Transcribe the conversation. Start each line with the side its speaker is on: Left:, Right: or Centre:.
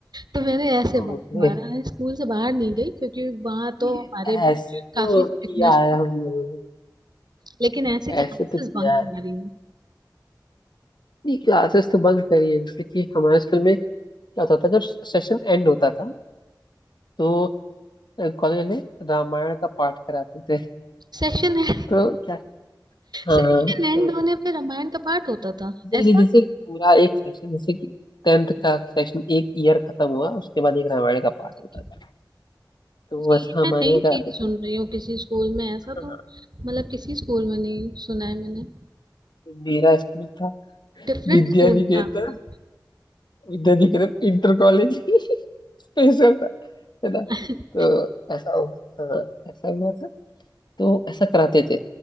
Right: तो मैंने ऐसे बा-
Left: ओके
Right: मारा है स्कूल से बाहर नहीं गई क्योंकि वहां तो
Left: ये
Right: हमारे
Left: ऐसे
Right: भी
Left: तो
Right: काफी स्ट्रिक्टनेस
Left: किया है
Right: थी
Left: हम लोगों ने
Right: लेकिन ऐसे
Left: ऐसे
Right: क्लासेस
Left: तो किया
Right: बंक
Left: है
Right: मारी है
Left: नहीं क्लासेस तो बंक करी है जैसे कि हमारे स्कूल में क्या होता था जब सेशन एंड होता था तो कॉलेज वाले रामायण का पाठ कराते थे
Right: Session end
Left: तो क्या हाँ
Right: सेशन
Left: हाँ,
Right: एंड
Left: तो
Right: <laughs> होने पे रामायण का पाठ होता था
Left: ये
Right: ऐसा
Left: नहीं, जैसे पूरा एक सेशन जैसे कि टेंथ का सेशन एक ईयर खत्म हुआ उसके बाद एक रामायण का पाठ
Right: अच्छा,
Left: होता था तो
Right: ये
Left: वैसा हमारे
Right: मैं नई
Left: यहाँ कराते
Right: चीज सुन
Left: थे
Right: रही हूँ किसी स्कूल में ऐसा
Left: हाँ
Right: तो
Left: हाँ,
Right: मतलब किसी स्कूल में नहीं सुना है मैंने
Left: मेरा स्कूल था
Right: डिफरेंट
Left: विद्या
Right: स्कूल
Left: निकेतन
Right: था आपका
Left: विद्याधिकृत इंटर कॉलेज स्पेशल <laughs> था है ना
Right: <laughs>
Left: तो ऐसा होगा हाँ, ऐसा हुआ था तो ऐसा कराते थे